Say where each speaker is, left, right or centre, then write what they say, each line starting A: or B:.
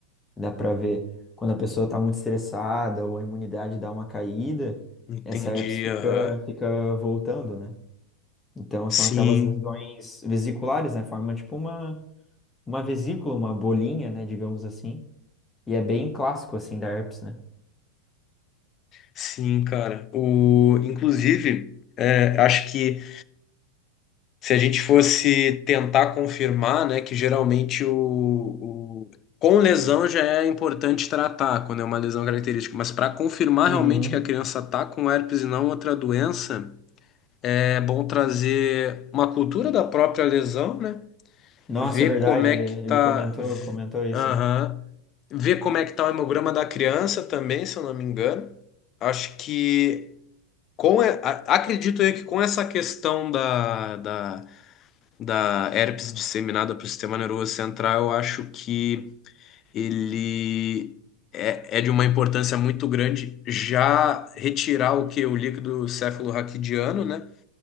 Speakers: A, on the left (about 15°); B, on the left (about 35°).
A: dá para ver quando a pessoa tá muito estressada ou a imunidade dá uma caída,
B: Entendi,
A: essa herpes fica
B: aham.
A: fica voltando, né? Então
B: Sim,
A: são aquelas lesões vesiculares, né? Forma tipo uma uma vesícula, uma bolinha, né, digamos assim. E é bem clássico, assim, da herpes, né?
B: sim, cara. O, inclusive, é, acho que se a gente fosse tentar confirmar, né, que geralmente o, o- com lesão já é importante tratar quando é uma lesão característica, mas para confirmar
A: Uhum,
B: realmente que a criança tá com herpes e não outra doença, é bom trazer uma cultura da própria lesão, né?
A: Nossa,
B: ver
A: é verdade,
B: como é
A: ele,
B: que
A: ele
B: tá,
A: comentou,
B: v-
A: comentou isso,
B: aham,
A: né?
B: ver como é que tá o hemograma da criança também, se eu não me engano. Acho que com, e- a- acredito eu que com essa questão da, da, da herpes disseminada para o sistema nervoso central, eu acho que ele é, é de uma importância muito grande já retirar o que o líquido cefalorraquidiano, né?